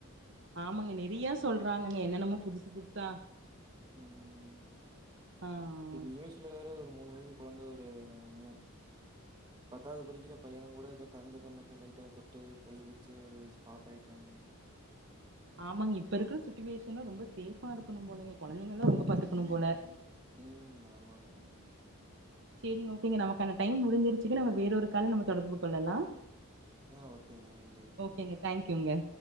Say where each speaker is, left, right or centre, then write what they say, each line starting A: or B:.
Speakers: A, on the right (about 55°); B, on the right (about 20°).
A: ஆமாங்க நெறையா சொல்றாங்கங்க என்னென்னமோ புதுசு புதுசா
B: ம்
A: ஆ
B: டென்
A: ஆ
B: இயர்ஸ் இதுல வேற ஒரு மூணு வயசு கொழந்த ஒரு மு பத்தாவது படிக்கிற பைய கூட எதோ கரண்டு கம்பத்த லைட்ட தொட்டு கை வெச்சு அது ஸ்பாட் ஆயிட்டானு
A: ஆமாங்க இப்பருக்குற சுட்சுவேஷன்லா ரொம்ப செஃப்பா இருக்கணு போலங்க கொழந்தைங்கல ரொம்ப பாத்துக்கணு போல
B: ம் ஆமாங்க
A: செரிங்க ஓகேங்க நமக்கான டைம் முடிஞ்சிருசுங்க நம்ம வேற ஒரு கால்ல நம்ம தொடர்பு கொள்ளலா
B: ஆ ஓகேங்க நன்றிங்க
A: ஓகேங்க தேங்க்யூங்க